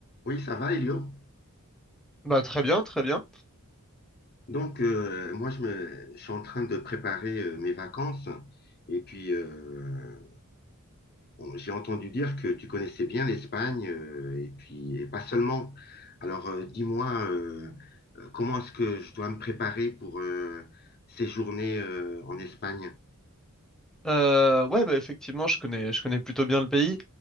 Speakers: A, on the left; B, in the centre.
A: Oui, ça va, Elio.
B: Bah très bien, très bien.
A: Donc, euh, moi, je, me, je suis en train de préparer euh, mes vacances. Et puis, euh, bon, j'ai entendu dire que tu connaissais bien l'Espagne, euh, et puis, et pas seulement. Alors, euh, dis-moi, euh, euh, comment est-ce que je dois me préparer pour euh, ces journées euh, en Espagne?
B: Euh, ouais, bah effectivement, je connais, je connais plutôt bien le pays.